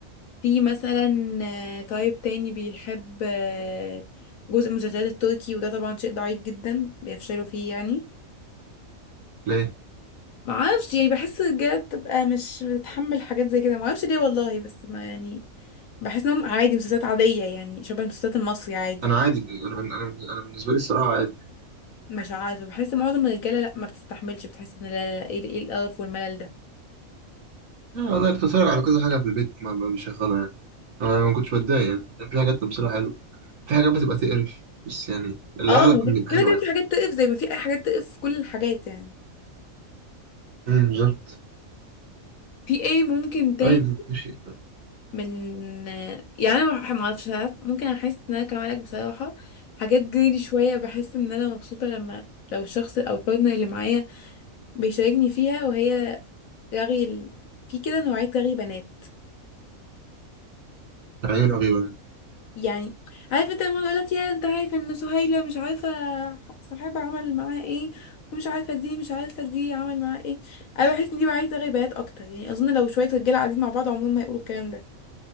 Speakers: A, on the left; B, on the right.
A: في مثلا آه، طيب تاني بيحب آه، جزء من المسلسلات التركي وده طبعا شيء ضعيف جدا بيفشلوا فيه يعني
B: ليه
A: معرفش يعني بحس الرجاله بتبقى مش بتتحمل حاجات زي كده معرفش ليه والله بس ما يعني بحس انهم عادي مسلسلات عادية يعني شبه المسلسلات المصري عادي
B: انا عادي انا بن- انا بن- انا بالنسبه لي الصراحه عادي يعني
A: مش عارفه بحس معظم الرجاله لا ما بتستحملش بتحس ان لا لا لا، ايه ده- ايه القرف والملل ده
B: آه، والله كنت بتفرج على كذا حاجه في البيت ما ما بيشغلها يعني انا ما كنتش بتضايق يعني كان في حاجات تمثيلها حلو في حاجات بتبقى تقرف بس يعني الاغلب
A: اه ما
B: كان
A: في-
B: بيبقى
A: كده
B: حلو
A: كده
B: عادي
A: في حاجات تقف زي ما في اي حاجات تقف في كل الحاجات يعني
B: امم بالظبط
A: في ايه ممكن تاني
B: طيب ماشي
A: من يعني انا ما ما اعرفش ساعات ممكن احس ان انا كمالك بصراحه حاجات جريلي شويه بحس ان انا مبسوطه لما لو الشخص او البارتنر اللي معايا بيشاركني فيها وهي رغي ال... في كده نوعيه رغي بنات
B: يعني ايه رغيبه يعني
A: يعني عارف انت لما يقول لك يا انت عارف ان سهيلة مش عارفة صاحبها عمل معاها ايه ومش عارفة دي مش عارفة دي عمل معاها ايه انا بحس ان دي عايزة غيبات اكتر يعني اظن لو شوية رجالة قاعدين مع بعض عمرهم ما هيقولوا الكلام ده